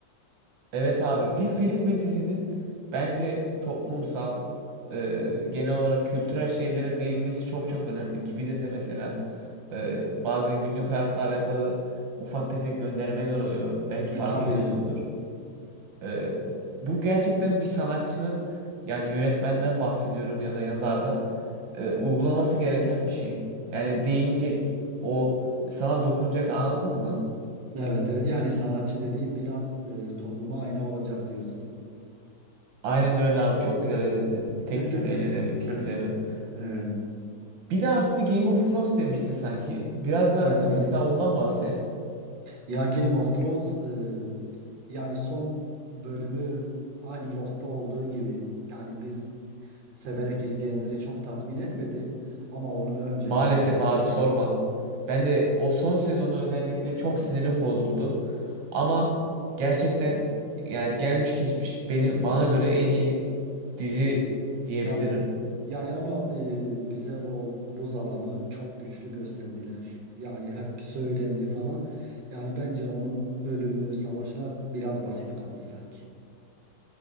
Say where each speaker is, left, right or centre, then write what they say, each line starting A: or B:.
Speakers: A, on the right (about 80°); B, on the right (about 70°).
A: Evet abi bir film ve dizinin bence toplumsal e, genel olarak kültürel şeylere değinmesi çok çok önemli. Gibi de de mesela e, bazen günlük hayatta alakalı ufak tefek göndermeler oluyor. Belki
B: E,
A: fark
B: tabii.
A: ediyorsundur. E, bu gerçekten bir sanatçının yani yönetmenden bahsediyorum ya da yazardan e, uygulaması gereken bir şey. Yani değinecek o sana dokunacak anladın mı?
B: Evet, evet. Yani sanatçı dediğin biraz e, topluma ayna olacak diyorsun.
A: Aynen öyle abi çok güzel özetledin tek
B: <laughs>
A: cümleyle demek istediğimi.
B: Evet.
A: Bir de abi Game of Thrones demiştin sanki. Biraz da
B: Evet, evet.
A: mesela ondan bahset.
B: Ya Game of Thrones e, yani son bölümü aynı Lost'ta olduğu gibi yani biz severek izleyenleri çok tatmin etmedi ama onun öncesini
A: Maalesef abi sorma. Ben de o son sezonu özellikle çok sinirim bozuldu. Ama gerçekten yani gelmiş geçmiş beni bana göre en iyi dizi diyebilirim.
B: tabii yani ama e, bize o buz adamı çok güçlü gösterdiler. Yani hep söylendi falan. Yani bence onun ölümü, savaşlar biraz basit kaldı sanki.